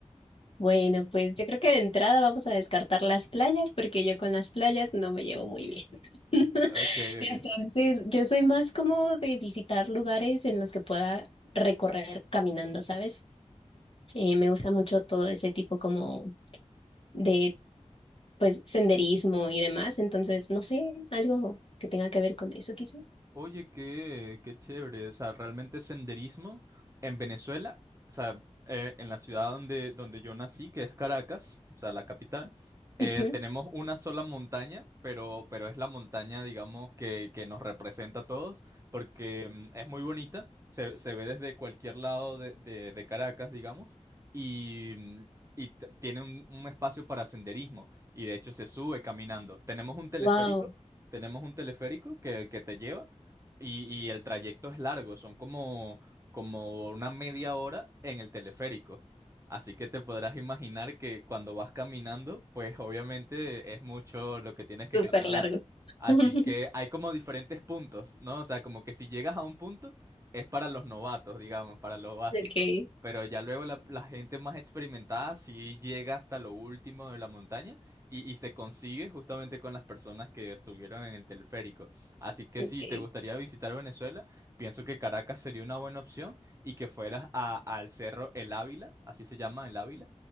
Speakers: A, on the left; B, on the right.
A: Bueno, pues yo creo que de entrada vamos a descartar las playas porque yo con las playas no me llevo muy bien. <laughs>
B: Ok,
A: Entonces,
B: ok.
A: yo soy más como de visitar lugares en los que pueda recorrer caminando, ¿sabes? Eh, me gusta mucho todo ese tipo como de, pues, senderismo y demás. Entonces, no sé, algo que tenga que ver con eso, quizás.
B: Oye, qué, qué chévere. O sea, realmente senderismo en Venezuela, o sea, eh, en la ciudad donde, donde yo nací, que es Caracas, o sea, la capital, eh,
A: Ujú.
B: tenemos una sola montaña, pero, pero es la montaña, digamos, que, que nos representa a todos, porque mm, es muy bonita, se, se ve desde cualquier lado de, de- de Caracas, digamos, y, mm, y t- tiene un, un espacio para senderismo, y de hecho se sube caminando. Tenemos un teleférico.
A: Wow,
B: Tenemos un teleférico que, que te lleva y, y el trayecto es largo, son como, como una media hora en el teleférico. Así que te podrás imaginar que cuando vas caminando, pues obviamente es mucho lo que tienes que
A: súper
B: caminar.
A: largo.
B: Así
A: <laughs>
B: que hay como diferentes puntos, ¿no? O sea, como que si llegas a un punto es para los novatos, digamos, para lo básico.
A: Okay,
B: Pero ya luego la, la gente más experimentada sí llega hasta lo último de la montaña y, y se consigue justamente con las personas que subieron en el teleférico. Así que
A: okay.
B: si te gustaría visitar Venezuela, pienso que Caracas sería una buena opción y que fueras a- al Cerro El Ávila, así se llama El Ávila.